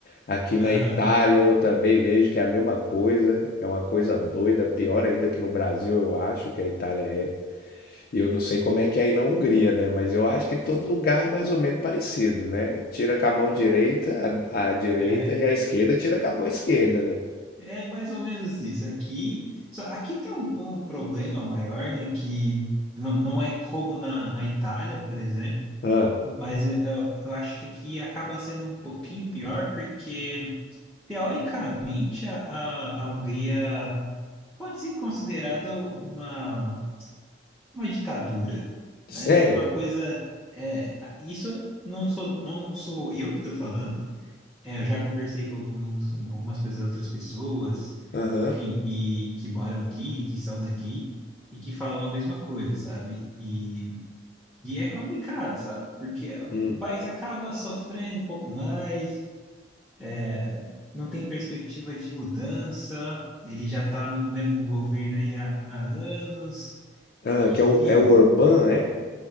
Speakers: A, on the left (about 50°); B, in the centre.
A: Aqui na
B: Aham.
A: Itália eu também vejo que é a mesma coisa, é uma coisa doida, pior ainda que no Brasil, eu acho que a Itália é. E eu não sei como é que é aí na Hungria, né? Mas eu acho que todo lugar é mais ou menos parecido, né? Tira com a mão direita, a, a direita
B: É,
A: e a esquerda tira com a mão esquerda, né?
B: é mais ou menos isso. Aqui, só aqui tem um, um problema maior, né? Que não, não é como na, na Itália, por exemplo,
A: Ah,
B: mas eu, eu eu acho que aqui acaba sendo um pouquinho pior, porque teoricamente a, a a Hungria pode ser considerada uma. uma ditadura,
A: sério?
B: né? Uma coisa é isso não sou não sou eu que estou falando. É, eu já conversei com alguns, algumas pessoas, outras pessoas,
A: Aham.
B: enfim, e que moram aqui, e que são daqui e que falam a mesma coisa, sabe? E, e é complicado, sabe? Porque
A: hum.
B: o país acaba sofrendo um pouco mais, é, não tem perspectiva de mudança, ele já está no mesmo governo aí há há anos,
A: Ah,
B: enfim.
A: que é o, é o Orbán, é?